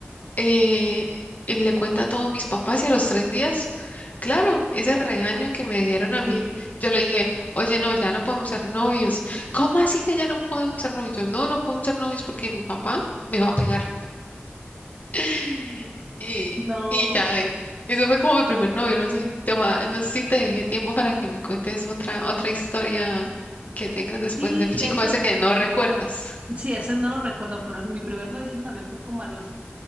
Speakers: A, on the left (about 40°); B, on the right (about 35°).
A: eh, y le cuenta todo a mis papás y a los tres días, claro, ese regaño que me dieron a mí,
B: Sí,
A: yo le dije, oye, no, ya no podemos ser novios. ¿Cómo así que ya no podemos ser novios? Yo, no, no podemos ser novios porque mi papá me va a pegar. <laughs> Y,
B: no.
A: y ya, eh, ese fue como mi primer novio, no sé, te voy a- no sé si te dejé tiempo para que me cuentes otra, otra historia que tengas después
B: Sí,
A: del chico
B: de hecho,
A: ese que no recuerdas.
B: Sí, ese no lo recuerdo, pero mi primer noviciado también fue como a los